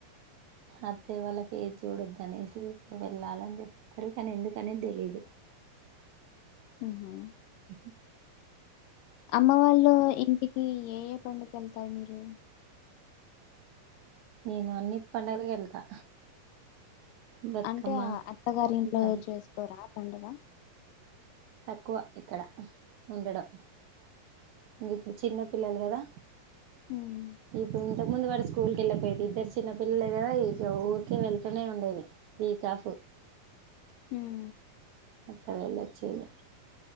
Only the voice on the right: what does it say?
అత్తయ్య వాల్ల ఫేస్ చూడొదు అనేసి వెళ్ళాలని చెప్ తారు కాని ఎందుకనేది తెలీదు
ఉ
నేను అన్ని పండుగలు కి వెళ్తా బతుకమ్మ
ఉగాది
తక్కువ ఇక్కడ ఉండడం ఇంక ఇప్పుడు చిన్న పిల్లలు కదా
ఇప్పుడు ఇంతకు ముందు వాడు స్కూల్ కి వెళ్ళపోయది ఇద్దరు చిన్న పిల్లలే కదా ఇక ఊరికే వెళ్తూనే ఉండేది వీక్ ఆఫ్
అట్లా వెేళ్ళొచ్చేది